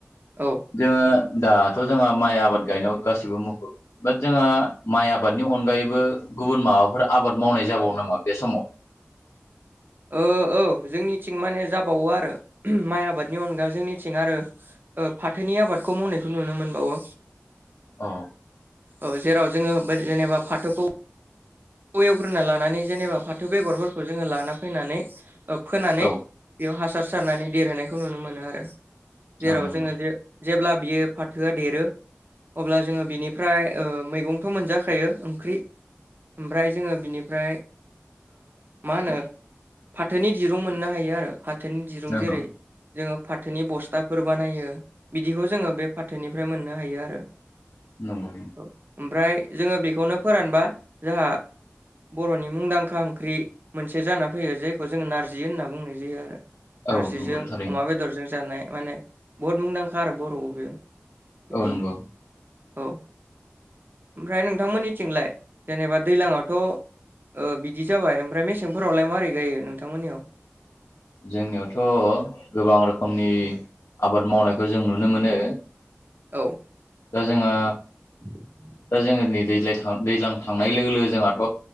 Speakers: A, on the right; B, on the left.
A: औ
B: जोङो दाथ' जोंहा माइ आबाद गायनायाव गासिबो मुखुब बा जोंहा माइ आबादनि अनगायैबो गुबुन माबाफोर आबाद मावनाय जाबावो नामा बे समाव
A: औ जोंनिथिं माने जाबावो आरो माइ आबादनि अनगा जोंनिथिं आरो फाथोनि आबादखौ मावनायखौ नुनो मोनबावो
B: औ
A: औ जेराव जोङो जेनेबा फाथौखौ एवग्रोना लानानै जेनेबा फाथो बेगरफोरखौ जोङो लाना फैनानै फोनानै
B: औ
A: बेयाव हासार सारनानै देरहोनायखौ नुनो मोनो आरो जेराव
B: औ नंगौ
A: जोङो जे जेब्ला बियो फाथोआ देरो अब्ला जोङो बिनिफ्राय मैगंथ' मोनजाखायो ओंख्रि ओमफ्राय जोङो बिनिफ्राय मा होनो फाथोनि दिरुं मोननो हायो आरो फाथोनि दिरुं
B: नंगौ
A: जेरै जोङो फाथोनि बस्थाफोर बानायो बिदिखौ जोङो बे फाथोनिफ्राय मोननो हायो आरो
B: नंगौ
A: औ ओमफ्राय जोङो बेखौनो फोरानबा जोंहा बर नि मुंदांखा ओंख्रि मोनसे जाना फैयो जेखौ जोङो नारजि होनना बुंनाय जायो आरो नारजिजों
B: औ नंगौ थारैनो
A: अमा बेदरजों जानाय माने बहुद मुंदांखा आरो बर आव बेयो बिदि
B: औ नंगौ
A: औ ओमफ्राय नोंथांमोननि थिंलाय जेनेबा दैलांवाथ ओ बिदि जाबाय ओमफ्राय मेसेंफोरावलाय मारै गायो नोंथांमोननियाव
B: जोंनियावथ गोबां रोखोमनि आबाद मावनायखौ जों नुनो मोनो
A: औ
B: दा जोंहा
A: <inaudible>
B: दा जोङो नै दैज्लाय दैज्लां थांनाय लोगो लोगो जोंहाथ